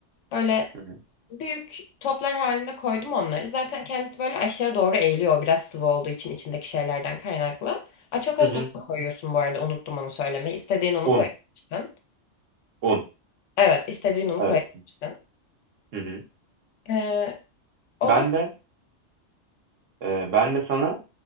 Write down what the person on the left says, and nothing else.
böyle
büyük toplar halinde koydum onları. Zaten kendisi böyle aşağı doğru eğiliyor biraz sıvı olduğu için içindeki şeylerden kaynaklı. Aa, çok az
un da koyuyorsun bu arada unuttum onu söylemeyi. İstediğin unu koyabilirsin.
Evet istediğin unu
koyabilirsin.
Ee, onu